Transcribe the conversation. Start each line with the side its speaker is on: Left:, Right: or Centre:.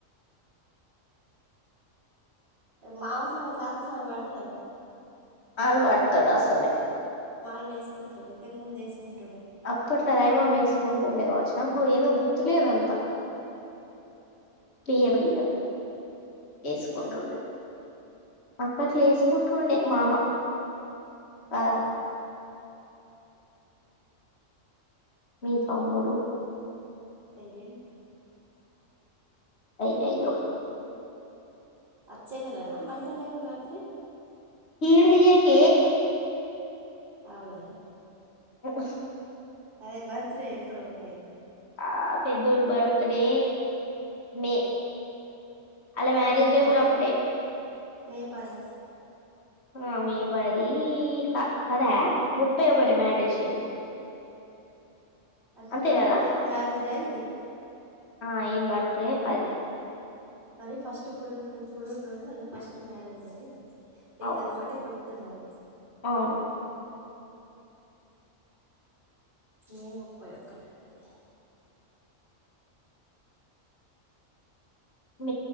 Right: మావ సామి తాత సామి వాడుతులేరు
Left: అల్వాట్త అసలే
Right: మాలలు వేసుకుంటారు ఇంతకు ముందు వేసుకుంటారు
Left: అప్పట్లో రైమా వేసుకుంటు ఉండే కావచ్చు నాగ్గు ఏదో గుర్తులేదంతా పడది అదు వసుకంటండ
Right: ఆ
Left: అక్కట్లు వసుకుంటుండే మామ కదా మీ బమ్ముడు
Right: అయ్యో
Left: అయి అయ్యో
Right: అచ్చేనల్నా మణికఠగన్ బర్తీ
Left: ఇర్దియక
Right: అవు కదా
Left: అ హు
Right: అరే బర్త్ డే ఎప్పుడు ఉండే
Left: ఆ ఫ దూర బర్త్డే మే అలా మ్యారేజ్
Right: మే
Left: డే
Right: పది
Left: కూడా అప్పుడే
Right: మే పధా
Left: ఆ మే పది క కదా ముప్పై ఒకటి మ్యారేజ్ డే
Right: అది
Left: అంతే
Right: పు రోజు
Left: కదా
Right: అలా మరేజ్ దైంది
Left: ఆ ఏన్ పాడుతు పాది
Right: అరే ఫర్స్ట్రు్ర అ ఫర్స్ట్ మ్యరేజ్ డే దగ్గది
Left: అవు
Right: ఒకటే గుర్తు తున్నది
Left: అవును
Right: మే ముపాయి ఒకాటి వాలా ధి
Left: మ